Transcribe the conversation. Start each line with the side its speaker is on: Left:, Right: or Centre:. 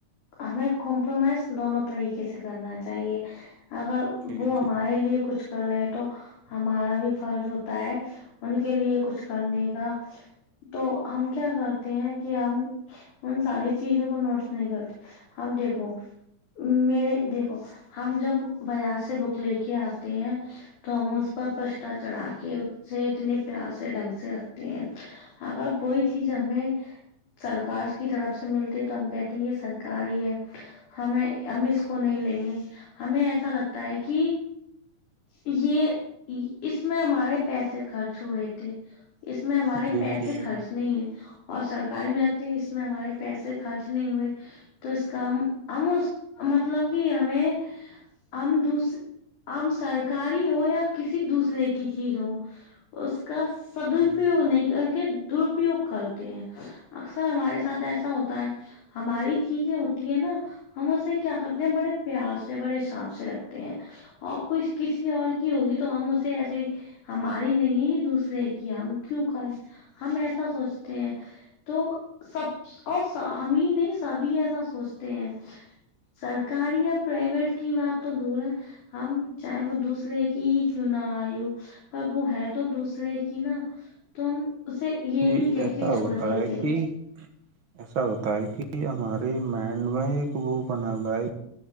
Left: ہمیں کمپرومائز دونوں طریقے سے کرنا چاہیے اگر
Right: جی
Left: وہ ہمارے
Right: جی
Left: لیے کچھ کر رہے ہیں تو ہمارا بھی فرض ہوتا ہے ان کے لیے کچھ کرنے کا تو ہم کیا کرتے ہیں کہ ہم ان ساری چیزوں کو نوٹس نہیں کرتے ہم دیکھو میرے دیکھو ہم جب بازار سے بک لے کے آتے ہیں تو پر پچھتا
Right: جی جی
Left: چڑھا
Right: جی
Left: کے اس سے اتنے پیار سے ڈھنگ سے رکھتے ہیں اگر کوئی چیز
Right: جی
Left: ہمیں سرکار کی طرف سے ملتی ہے تو ہم کہتے ہیں یہ سرکار ہی ہے ہمیں ہم اس کو نہیں لیں گے ہمیں ایسا لگتا ہے کہ یہ اس میں ہمارے پیسے خرچ ہوئے تھے اس میں ہمارے
Right: جی
Left: پیسے خرچ نہیں ہے اور سرکاری میں لگتے ہے اس میں ہمارے پیسے خرچ نہیں ہوئے تو اس کا ہم ہم اس مطلب کہ ہمیں ہم دوس ہم سرکاری ہو کسی دوسرے کی چیز ہو اس کا سدپیوگ
Right: جی جی
Left: نہیں کر کے درپیوگ کرتے ہیں اکثر ہمارے ساتھ ایسا ہوتا ہے ہماری چیزیں ہوتی ہے نا ہم اسے کیا کرتے ہیں بڑے پیار سے بڑے حساباب سے رکھتے ہیں آپ کو کسی اور کی ہوگی تو تو ہم اسے ایسی ہماری نہیں دوسرے کی ہم کیوں کریں ہم ایسا سوچتے ہیں تو سب اور ہمیں نہیں سبھی ایسا سوچتے ہیں سرکاری یا پرائیویٹ کی بات تو دور ہے ہم چاہے وہ دوسرے کی ہی کیوں نہ آئی ہو پر وہ ہے تو دوسرے کی نہا تو ہم اسے یہ
Right: جی
Left: بھی کہ
Right: ایسا
Left: کے چھوڑ
Right: ہوتا
Left: دیتے
Right: ہے کہ
Left: ہیں
Right: ایسا ہوتا ہے کہ ہمارے مائنڈ میں ایک وہ بنا ہوا ہے